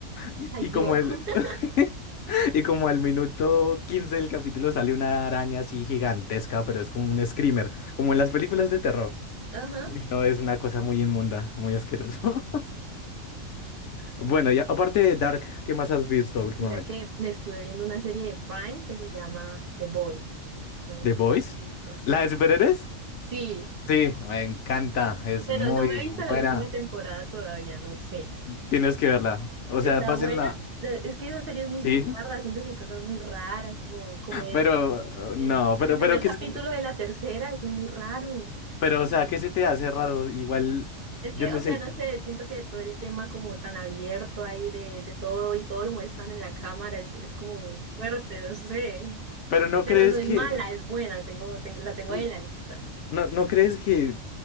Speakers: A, on the left; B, on the right.
A: y,
B: Ay,
A: y
B: yo.
A: como el,
B: <laughs>
A: <laughs> y como al minuto 15 del capítulo sale una araña así gigantesca, pero es como un screamer, como en las películas de terror.
B: Ajá.
A: Uy, no, es una cosa muy inmunda, muy asquerosa. <laughs> Bueno, y aparte de Dark, ¿qué más has visto últimamente?
B: Mira que estuve viendo una serie de Prime que se llama The Boys. No sé
A: ¿The
B: si
A: Boys?
B: la has visto, sí.
A: ¿La de superhéroes?
B: Sí,
A: Sí, me encanta, es
B: pero
A: muy
B: no me
A: buena.
B: he visto la última temporada todavía, no sé.
A: Tienes que verla. O
B: Está
A: sea, vas
B: buena.
A: la...
B: Eh, Es que esa serie es muy
A: Sí,
B: bizarra, siento que hay cosas muy raras, como, como el,
A: pero
B: el,
A: no, pero,
B: el primer
A: pero, ¿qué
B: capítulo
A: se-
B: de la tercera, eso es muy raro.
A: pero, o sea, ¿qué se te hace raro? Igual,
B: Es
A: yo
B: que,
A: no
B: o sea,
A: sé,
B: no sé, siento que todo el tema como tan abierto ahí de, de todo y todo lo muestran en la cámara, es, es como muy fuerte, no sé.
A: pero ¿no
B: Pero
A: crees
B: no es
A: que,
B: mala, es buena, tengo, ten- la tengo
A: n-
B: ahí en la lista.
A: no, no crees que